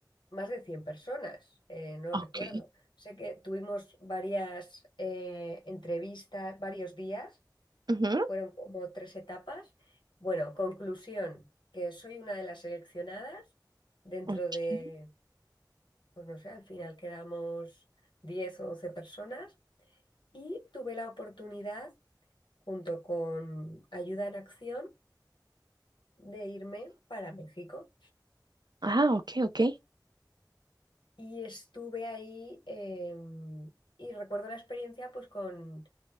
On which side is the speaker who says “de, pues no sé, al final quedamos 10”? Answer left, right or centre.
Left